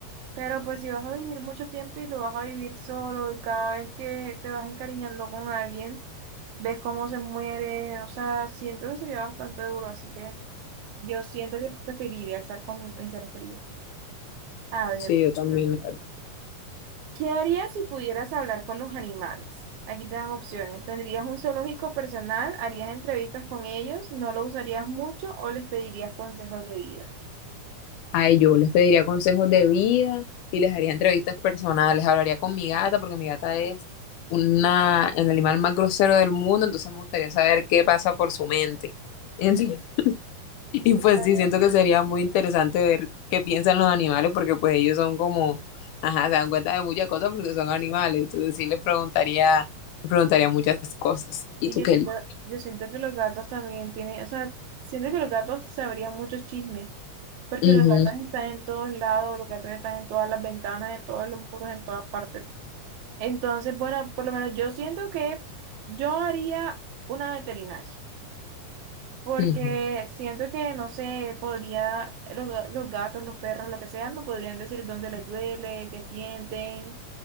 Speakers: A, on the right; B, on the left.
A: Pero pues si vas a vivir mucho tiempo y lo vas a vivir solo y cada vez que te vas encariñando con alguien, ves cómo se muere, o sea, siento que sería bastante duro, así que yo siento que preferiría estar con mis seres queridos. A ver,
B: Sí, yo también.
A: ¿qué harías si pudieras hablar con los animales? Aquí te dan opciones. ¿Tendrías un zoológico personal? ¿Harías entrevistas con ellos? ¿No lo usarías mucho o les pedirías consejos de vida?
B: Ay, yo les pediría consejos de vida y les haría entrevistas personales. Hablaría con mi gata porque mi gata es una, el animal más grosero del mundo, entonces me gustaría saber qué pasa por su mente. <laughs> Entonces- y pues
A: <laughs>
B: sí, siento que sería muy interesante ver qué piensan los animales porque pues ellos son como, ajá, se dan cuenta de muchas cosas porque son animales. Entonces sí les preguntaría, les preguntaría muchas cosas. ¿Y
A: Y
B: tú,
A: yo
B: Kelly?
A: siento, yo siento que los gatos también tienen, o sea, siento que los gatos sabrían muchos chismes, porque
B: Ujú,
A: los gatos están en todos lados, los gatos están en todas las ventanas, en todos los muros, en todas partes. Entonces, bueno, por lo menos yo siento que yo haría una veterinaria, porque
B: ujú.
A: siento que, no sé, podría, los, ga- los gatos, los perros, lo que sea, me podrían decir dónde les duele, qué sienten.